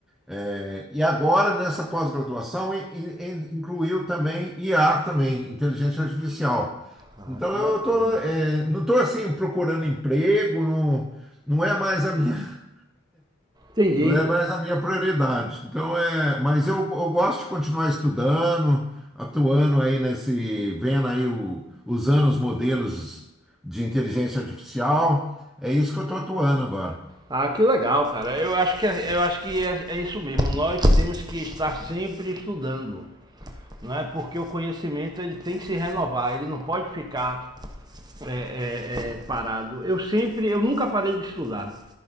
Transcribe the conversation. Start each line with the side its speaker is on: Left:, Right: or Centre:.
Centre: É, e agora, nessa pós-graduação, in- in- incluiu também IA, também, inteligência artificial.
Right: Ah,
Centre: Então,
Right: que bacana.
Centre: eu tô, é, não estou assim procurando emprego, não, não é mais a minha, <laughs>
Right: entendi.
Centre: não é mais a minha prioridade. Então, é, mas eu, eu gosto de continuar estudando, atuando aí nesse, vendo aí, o, usando os modelos de inteligência artificial. É isso que eu estou atuando agora.
Right: Ah, que legal, cara. Eu acho que, é- eu acho que é, é isso mesmo. Nós temos que estar sempre estudando, não é? Porque o conhecimento ele tem que se renovar. Ele não pode ficar é, é, é, parado. Eu sempre, eu nunca parei de estudar.